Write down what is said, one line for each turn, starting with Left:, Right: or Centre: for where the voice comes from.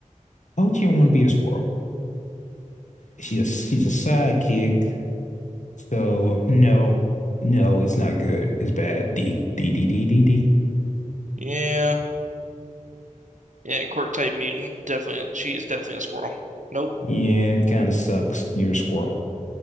Left: How would you want to be a squirrel? She a, she's a sidekick, so no, no, it's not good. It's bad. D D D D D D.
Right: Yeah, yeah, quirk type mutant, definitely. She is definitely a squirrel. Nope.
Left: Yeah, it kind of sucks. You're a squirrel.